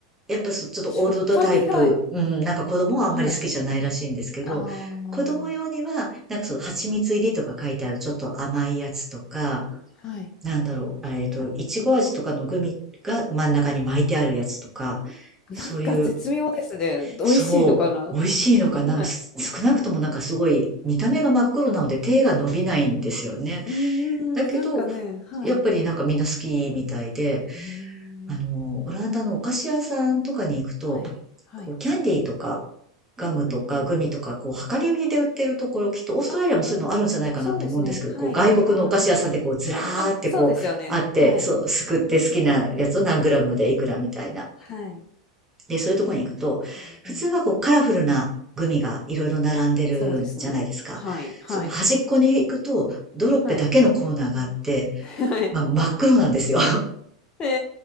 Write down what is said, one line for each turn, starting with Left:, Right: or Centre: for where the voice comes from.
Right: やっぱそちょっとオールドタイプ、
Left: しょっぱ苦い。
Right: うん、なんか子供はあんまり好きじゃないらしいんですけど、
Left: はい。ああ、
Right: 子供用には、なんかその蜂蜜入りとか書いてあるちょっと甘いやつとか、
Left: はい。
Right: なんだろう、えっと、いちご味とかのグミが真ん中に巻いてあるやつとか、
Left: なんか絶妙ですね。
Right: そういう、
Left: 美味しいのかな？
Right: そう、美味しいのかな、
Left: はい。
Right: なんかす少なくともなんかすごい見た目が真っ黒なので手が伸びないんですよね。
Left: うんん、
Right: だけど、
Left: なんかね、はい。
Right: やっぱりなんかみんな好きみたいで、
Left: へえ。
Right: あの、オランダのお菓子屋さんとかに行くと、
Left: はい、はい。
Right: こう、キャンディーとか、ガムとかグミとか、
Left: うんうんうん。
Right: こう、量り売りで売ってるところ、
Left: はい。
Right: きっとオーストラリアもそういうのあるんじゃないかなと思うんですけど、
Left: ああ、そうですね。はい、
Right: こう、外国のお菓子屋さんでこう、
Left: あります。
Right: ずらーってこう、
Left: うん、あ、そうですよね。
Right: あって、
Left: はい。
Right: そう、すくって好きなやつを何グラムでいくらみたいな。
Left: うんうん。はい。
Right: で、そういうところに行くと、
Left: うんうん。
Right: 普通はこう、カラフルなグミがいろいろ並んでるじゃないですか。
Left: そうですね。はい、はい。
Right: その端っこに行くと、ドロッペだけのコーナーがあって、
Left: はい。<laughs> はい。
Right: まあ、真っ黒なんですよ。
Left: へ